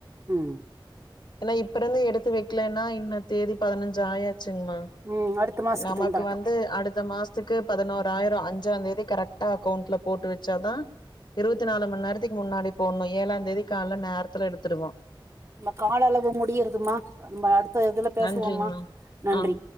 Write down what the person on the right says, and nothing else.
ம்
ம் அடுத்த மாசத்துக்கு
திண்டாட்டோ
நம்ம கால அளவு முடியறதுமா நம்ம அடுத்த இதுல பேசுவோம்மா
நன்றி